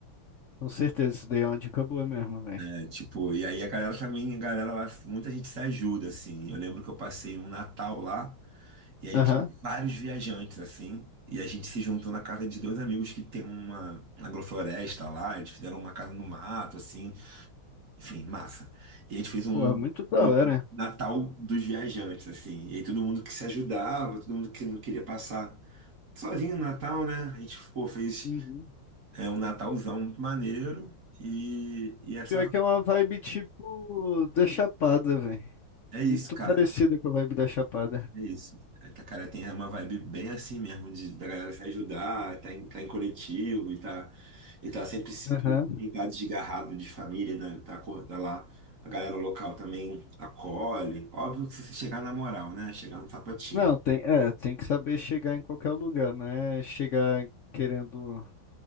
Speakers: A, on the left; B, on the right.
A: Com certeza, isso daí é uma dica boa mesmo, velho.
B: É, tipo, e aí a galera também, a galera lá, muita gente se ajuda, assim. Eu lembro que eu passei um Natal lá, e aí
A: Aham.
B: tinha vários viajantes, assim. E a gente se juntou na casa de dois amigos que tem uma agrofloresta lá, eles fizeram uma casa no mato, assim. Enfim, massa. E a gente fez um,
A: Pô, é muito da
B: um
A: hora.
B: Natal dos viajantes, assim. E aí todo mundo que se ajudava, todo mundo que não queria passar sozinho no Natal, né? A gente, pô, fez
A: Uhum.
B: é, um Natalzão muito maneiro. E, e essa
A: Pior que é uma vibe tipo da Chapada, velho.
B: é
A: Muito
B: isso, cara.
A: parecida com a vibe da Chapada.
B: É isso. A Itacaré tem uma vibe bem assim mesmo, de, da galera se ajudar, tá em, tá em coletivo e tá, e tá sempre se-
A: Aham.
B: e tá desgarrado de família, né? Tá, co- tá lá. A galera local também acolhe. Óbvio que se você chegar na moral, né? Chegar no sapatinho.
A: Não, tem, é, tem que saber chegar em qualquer lugar, né? Chegar querendo